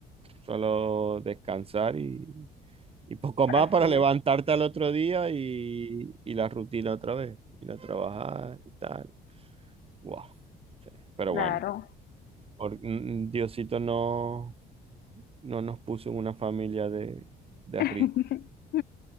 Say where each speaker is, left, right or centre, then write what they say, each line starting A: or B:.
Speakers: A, on the right; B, on the left.
A: solo descansar y, y poco
B: así
A: más para levantarte
B: es,
A: al otro día y, y la rutina otra vez, ir a trabajar y tal. Wow. Pero
B: claro.
A: bueno, por- mm, mm, Diosito no, no nos puso en una familia de, de
B: <laughs>
A: ricos.